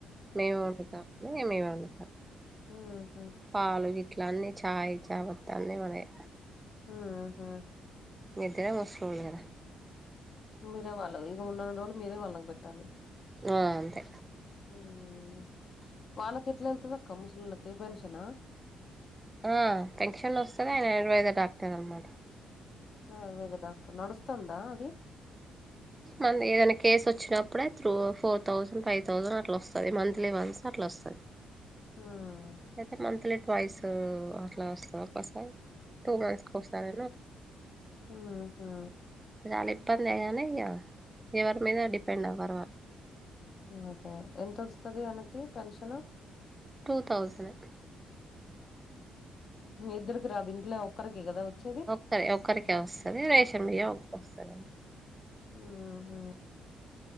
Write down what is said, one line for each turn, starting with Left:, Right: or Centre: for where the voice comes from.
Right: మేమే వండుతాం మేమే వండుతాం
Left: ఊహూ
Right: పాలు ఇట్ల అన్నీ ఛాయ్ చాపత్త అన్నీ మనయే
Left: ఊహూ
Right: మీరు కూడా ముస్లిమే కదా
Left: మీరే వాళ్ళగ ఇక ఉన్నానీ రోజులు మీరే వాళ్ళ కి పెట్టాలి
Right: ఆ అంతే
Left: మ వాళ్ళకి ఎట్లా వెళ్తుది అక్క ముసలోళ్ళకి బెన్షనా
Right: ఆ పెన్షన్ వస్తుంది ఆయన అడ్వైజర్ డాక్టర్ అనమాట
Left: ఆయుర్వేద డాక్టర్ నడుస్తందా అది
Right: మంది ఏదైనా కేసు వచ్చినప్పుడే through four thousand, five thousand అట్లా వస్తది మంత్లీ వన్స్. అట్ల వస్తది
Left: హ్మ్
Right: అయితే మంత్లీ వాయిస్ అట్లా వస్తదా ఒకసారి, టూ మంత్స్ కి ఒకసారేమో
Left: ఆ ఆహా.
Right: చాలా ఇబ్బందే కానీ ఇగ ఎవరి మీద డిపెండ్ అవ్వరు వా
Left: అదే ఎంతొస్తది ఆయనకి పెన్షన్.
Right: Two thousand.
Left: ఇద్దరికి రాదు ఇంట్లో ఒక్కరికే కదా వచ్చేది.
Right: సరే ఒక్కరికే వస్తది, రేషన్ బియ్యం ఒకటి వస్తదండి.
Left: ఉహ్.